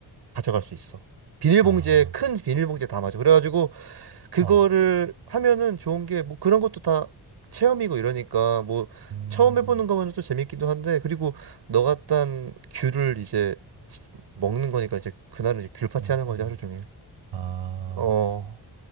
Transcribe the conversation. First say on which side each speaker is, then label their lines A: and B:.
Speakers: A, on the right; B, on the right.
A: 가져갈 수 있어. 비닐봉지에
B: 아,
A: 큰 비닐봉지에 담아줘. 그래가지고 그거를
B: 어,
A: 하면은 좋은 게 뭐 그런 것도 다 체험이고 이러니까 뭐
B: 음,
A: 처음 해보는 거면 또 재밌기도 한데 그리고 너가 딴 귤을 이제 먹는 거니까 이제 그날은 이제 귤 파티
B: 음,
A: 하는 거지
B: 음.
A: 하루 종일.
B: 아,
A: 어,